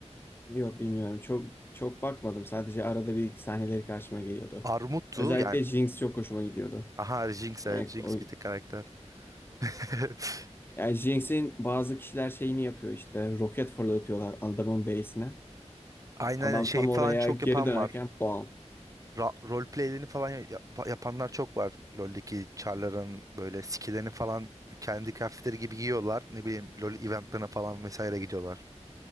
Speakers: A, on the left; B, on the right.
A: Yok bilmiyorum. Çok çok bakmadım. Sadece arada bir iki sahneleri karşıma geliyordu.
B: Armut'tu
A: Özellikle
B: yani.
A: Jinx çok hoşuma gidiyordu.
B: Aha Jinx
A: Yani
B: evet Jinx
A: o
B: bir tek karakter. <laughs>
A: Yani Jinx'in bazı kişiler şeyini yapıyor işte. Roket fırlatıyorlar adamın base'ine.
B: Aynen
A: Adam
B: aynen şey
A: tam
B: falan
A: oraya
B: çok
A: geri
B: yapan
A: dönerken
B: var.
A: bam.
B: ra- rol playlerini falan ya- yap- yapanlar çok var. LoL'deki char'ların böyle skill'lerini falan kendi kıyafetleri gibi giyiyorlar. Ne bileyim LoL eventlerine falan vesaire gidiyorlar.